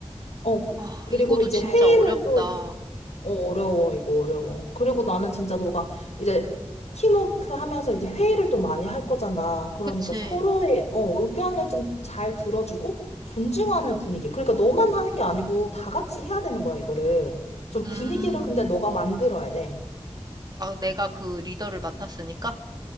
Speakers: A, on the left; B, on the right.
A: 어, 그-
B: 아,
A: 그리고
B: 이것도
A: 이제
B: 진짜
A: 회의를
B: 어렵다.
A: 또, 어, 어려워, 이거 어려워. 그리고 나는 진짜 너가 이제 팀워크 하면서 이제 회의를 또 많이 할 거잖아. 그러니까
B: 그치?
A: 서로의 어, 의견을 좀 잘 들어주고 존중하는 분위기. 그러니까 너만 하는 게 아니고 다 같이 해야 되는 거야, 이거를. 좀
B: 음.
A: 분위기를 근데 너가 만들어야 돼.
B: 아, 내가 그 리더를 맡았으니까?